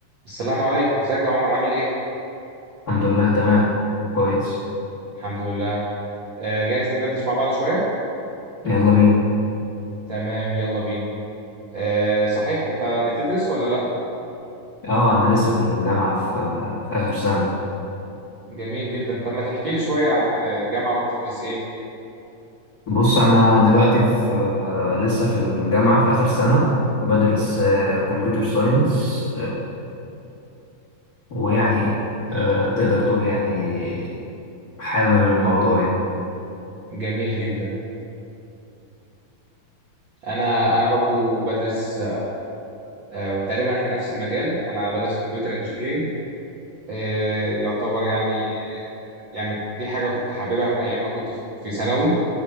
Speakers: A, on the right; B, on the left.
A: السلام عليكم ازيك يا عمر عامل ايه
B: الحمد لله تمام كويس
A: الحمد لله آه جاهز ندردش مع بعض شوية
B: يلا بينا
A: تمام يلا بينا آه صحيح انت بتدرس ولا لا
B: اه انا لسه في الجامعه في في اخر سنه
A: جميل جدا طب ما تحكي لي شوية عن الجامعة وبتدرس ايه
B: بص انا دلوقتي في آه، لسه في الجامعه في اخر سنه بدرس كمبيوتر ساينس ويعني آه، تقدر تقول يعني حابب الموضوع يعني
A: جميل جدا انا انا برضو بدرس آه تقريبا احنا نفس المجال انا بدرس كمبيوتر انجينيرينج آه يعتبر يعني يعني دي حاجة كنت حاببها من ايام ما كنت في في ثانوي